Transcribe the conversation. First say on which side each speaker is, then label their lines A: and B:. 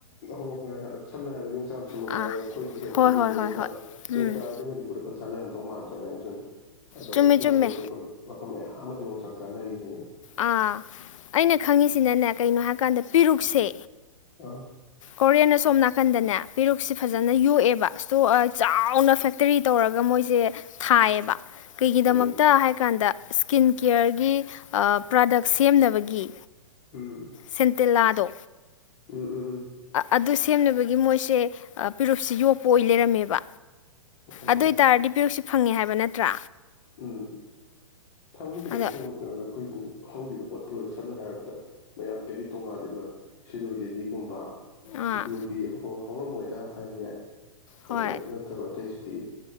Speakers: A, on the left; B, on the left.
A: ꯑꯍ ꯍꯣꯏ ꯍꯣꯏ ꯁꯝꯅ ꯍꯥꯏꯔꯕꯗ ꯌꯣꯡꯆꯥꯛꯁꯨ ꯃꯉꯥꯏꯔꯦ
B: ꯑꯥ
A: ꯑꯩꯈꯣꯏ ꯍꯧꯖꯤ ꯍꯦꯛ
B: ꯍꯣꯏ
A: ꯈꯪꯖꯕ
B: ꯍꯣꯏ ꯍꯣꯏ
A: ꯌꯣꯡꯆꯥꯛ
B: ꯍꯣꯏ ꯎꯝ
A: ꯌꯣꯡꯆꯥꯛꯁꯦ ꯃꯅꯤꯄꯨꯔꯗ ꯈꯪꯖ ꯆꯟꯅꯔꯝꯗꯧ ꯃꯥꯟꯗ꯭ꯔꯅꯦ ꯑꯗꯨꯅꯤ ꯑꯗꯣ
B: ꯆꯨꯝꯃꯦ
A: ꯑꯦꯁꯤꯌꯥꯒꯤ
B: ꯆꯨꯝꯃꯦ
A: ꯑꯇꯣꯞꯄ ꯃꯐꯝ ꯃꯌꯥꯝ ꯑꯃꯗ ꯌꯣꯡꯆꯥꯛ ꯆꯥꯅꯔꯤꯁꯤꯅꯤ
B: ꯑꯥ ꯑꯩꯅ ꯈꯪꯉꯤꯁꯤꯅꯅꯦ ꯀꯩꯅꯣ ꯍꯥꯏꯔꯀꯥꯟꯗ ꯄꯦꯔꯨꯛꯁꯦ
A: ꯑꯥ
B: ꯀꯣꯔꯤꯌꯟꯅ ꯁꯣꯝ ꯅꯥꯀꯟꯗꯅꯦ ꯄꯦꯔꯨꯛꯁꯦ ꯐꯖꯅ ꯌꯣꯛꯑꯦꯕ ꯏꯁꯇꯣ ꯆꯥꯎꯅ ꯐꯦꯛꯇꯔꯤ ꯇꯧꯔꯒ ꯃꯣꯏꯁꯦ ꯊꯥꯏꯌꯦꯕ ꯀꯩꯒꯤꯗꯃꯛꯇ
A: ꯎꯝ
B: ꯍꯥꯏ ꯀꯥꯟꯗ ꯁ꯭ꯀꯤꯟ ꯀꯤꯌꯔꯒꯤ ꯄ꯭ꯔꯗꯛ ꯁꯦꯝꯅꯕꯒꯤ
A: ꯎꯝ
B: ꯁꯤꯇꯤ ꯂꯥ ꯗꯣ
A: ꯎꯝ ꯎꯝ ꯎꯝ
B: ꯑꯗꯨ ꯁꯦꯝꯅꯕꯒꯤ ꯃꯣꯏꯁꯦ ꯄꯦꯔꯨꯞꯁꯦ ꯌꯣꯛꯄ ꯑꯣꯏꯅ ꯂꯩꯔꯝꯃꯦꯕ
A: ꯑꯣ
B: ꯑꯗꯨ ꯑꯣꯏꯇꯥꯔ ꯗꯤ ꯄꯤꯔꯨꯛꯁꯤ ꯐꯪꯉꯦ ꯍꯥꯏꯕ ꯅꯠꯇ꯭ꯔꯥ
A: ꯎꯝ ꯐꯪꯅꯤ ꯀꯩꯗꯧ
B: ꯑꯗꯣ
A: ꯐꯪꯉꯣꯏꯗꯣꯏꯅꯣꯗ ꯑꯩꯈꯣꯏ ꯅꯪ ꯍꯧꯔꯤꯕ ꯄꯣꯠꯄꯨ ꯁꯝꯅ ꯍꯥꯏꯔꯕꯗ ꯃꯌꯥꯝꯗꯒꯤ ꯇꯣꯡꯉꯥꯜꯂꯤꯕ ꯁꯤꯔꯣꯏ ꯂꯤꯂꯤꯒꯨꯝꯕ
B: ꯑꯥ
A: ꯎꯗꯨꯋꯥꯗꯤ ꯍꯣ ꯍꯧꯔꯝꯃꯣꯏꯗ ꯍꯥꯏꯕ ꯌꯥꯏ
B: ꯍꯣꯏ
A: ꯑꯗꯣ ꯅꯠꯇꯕ ꯑꯇꯩꯁꯨꯗꯤ